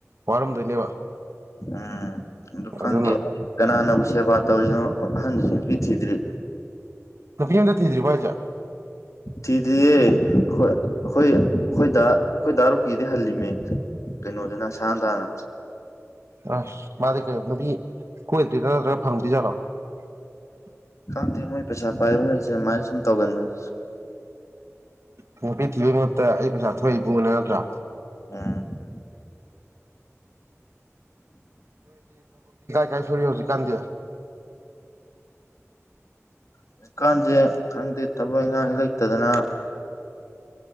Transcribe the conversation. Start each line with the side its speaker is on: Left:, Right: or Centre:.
Right: ꯋꯥꯔꯝꯗꯣꯏꯅꯦꯕ
Left: ꯎꯝ ꯑꯗꯨ ꯈꯪꯗꯦ
Right: ꯑꯗꯨꯅ
Left: ꯀꯅꯥꯅꯕꯨ ꯁꯦꯕꯥ ꯇꯧꯔꯤꯅꯣ ꯑꯍꯟꯗꯨꯁꯨ ꯅꯨꯄꯤ ꯊꯤꯗ꯭ꯔꯤ
Right: ꯅꯨꯄꯤ ꯑꯝꯇ ꯊꯤꯗ꯭ꯔꯤꯕꯣ ꯍꯥꯏꯁꯦ
Left: ꯊꯤꯗ꯭ꯔꯤꯌꯦ ꯑꯩꯈꯣꯏ ꯑꯩꯈꯣꯏ ꯑꯩꯈꯣꯏ ꯗꯥ ꯑꯩꯈꯣꯏ ꯗꯥ ꯔꯣꯛꯀꯤ ꯀꯤꯗꯩꯩ ꯍꯜꯂꯤꯝꯅꯦ ꯀꯩꯅꯣꯗꯨꯅ ꯁꯥꯟꯇꯅ
Right: ꯑꯁ ꯃꯥꯗꯤ ꯀꯩ ꯅꯨꯄꯤ ꯀꯣꯏꯗꯔ꯭ꯤꯔꯣ ꯅꯠꯇꯔꯒ ꯐꯪꯗꯔ꯭ꯤ ꯖꯥꯠꯂꯣ <unintelligible>
Left: -ꯠꯇꯦ ꯃꯣꯏ ꯄꯩꯁꯥ ꯄꯥꯏꯕꯅꯁꯦ ꯑꯗꯨꯃꯥꯏ ꯁꯨꯝ ꯇꯧꯒꯟꯕꯟ
Right: ꯅꯨꯄꯤ ꯊꯤꯕꯒꯤ ꯃꯍꯨꯠꯇ ꯑꯩ ꯄꯩꯁꯥ ꯊꯣꯛꯏ ꯕꯨꯅ ꯅꯠꯇ꯭ꯔꯥ
Left: ꯎꯝ
Right: ꯀꯥꯏꯗ ꯁꯨꯔꯤ ꯍꯧꯖꯤꯛ ꯀꯥꯟꯗꯤ
Left: ꯍꯧꯖꯤꯛꯀꯥꯟꯁꯦ ꯈꯪꯗꯦ ꯊꯕꯛ ꯏꯟꯈꯥꯡ ꯂꯩꯇꯗꯅ